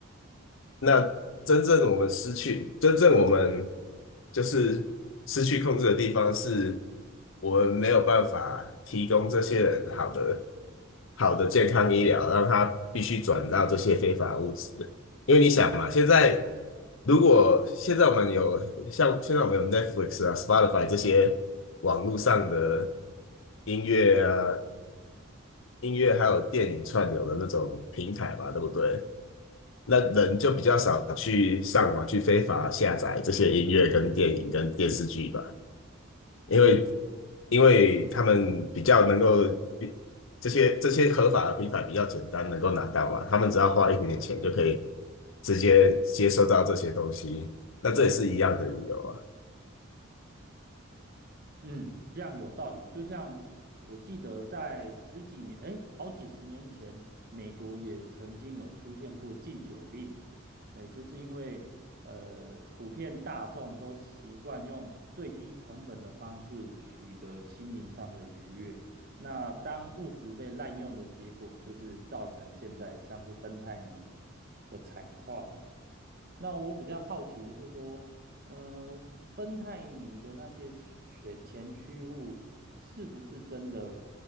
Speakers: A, on the left; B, on the right.
A: 那真正我们失去，
B: 呃
A: 真正我们就是失去控制的地方是，我们没有办法提供这些人好的好的健康医疗，让他必须转到这些非法物质。因为你想嘛，现在如果现在我们有像现在我们有 Netflix 啊、Spotify 这些网络上的音乐啊、音乐还有电影串流的那种平台吧，对不对？那人就比较少去上网去非法下载这些音乐、跟电影、跟电视剧吧，因为因为他们比较能够比这些这些合法的平台比较简单能够拿到嘛，他们只要花一点点钱就可以直接接收到这些东西，那这也是一样的理由啊，
B: 嗯，这样有道理。就像我记得在十几年，哎，好几十年前，美国也曾经有出现过禁酒令，哎，就是因为呃，普遍大众都习惯用最低成本的方式取得心灵上的愉悦。那当物质被滥用的结果，就是造成现在像是芬太尼的惨况。那我比较好奇的是说，呃，芬太尼的那些前前驱物是不是真的